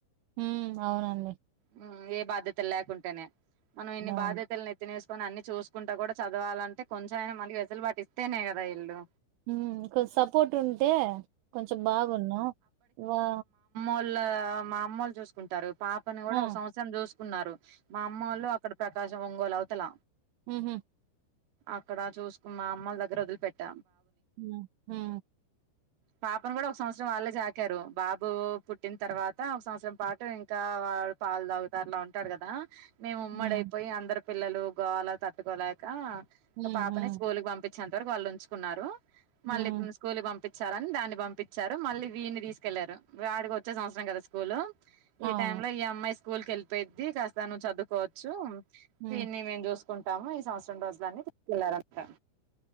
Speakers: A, on the right; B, on the right.
A: హ్మ్ అవునండి
B: మ్ ఏ బాధ్యతలు లేకుంటేనే మనం ఇన్ని
A: అవును.
B: బాధ్యతలను నెత్తినేస్ కానీ అన్ని చూసుకుంటా కూడా చదవాలంటే కొంచెమైనా మనకి వెసులుబాటిస్తేనే కదా ఈల్లు
A: హ్మ్ కొ సపోర్ట్ ఉంటే కొంచెం బాగున్ను వా
B: వాళ్ళ మా అమ్మోలు చూసుకుంటారు పాపని కూడా
A: ఆ!
B: ఒక సంవత్సరం జూస్. ఉన్నారు. మా అమ్మోలు పాప్. ప్రకాశం, ఒంగోల్ అవతల.
A: ఉహుమ్.
B: అక్కడ చూసుకున్న, అమ్మోల దగ్గర వదిలిపెట్ట.
A: హుమ్మ్ హా.
B: పాపను కూడా ఒక సంవత్సరం వాళ్ళే సాకారు. బాబు పుట్టిన తర్వాత, ఒక సంవత్సరం పాటు ఇంకా వాడు పాలు తాగుతారు, అలా ఉంటారు కదా. మేము ఉమ్మడ్.
A: హ్మ్.
B: దైపోయి అందరు. పిల్లలు, గోల తట్టుకోలేక. ఇక
A: హ్మ్.
B: పాపని
A: హ్మ్.
B: స్కూల్ కి పంపిద్. చంతవరకు వాళ్ళు ఉంచుకున్నారు. మళ్ళీ
A: హ్మ్.
B: స్కూల్ కి పంపిత్. చ్చారని దాన్ని పంపించారు. మళ్ళీ వీడిని తీసుకెళ్లారు, వాడికి వచ్చే సంవత్సరం కదా స్కూలు. ఈ
A: అవును.
B: టైమ్ లో ఈ అమ్మాయి స్కూ. స్కూల్కి ఏళ్ళిపోయిద్ది, కాస్త నువ్వు చదుకోవచ్చ్. చ్చు.
A: హ్మ్.
B: వీన్ని మేము జూస్. కుంటాము. ఈ సంవత్సరం రోజులన్ని తీసుకెళ్లారంట.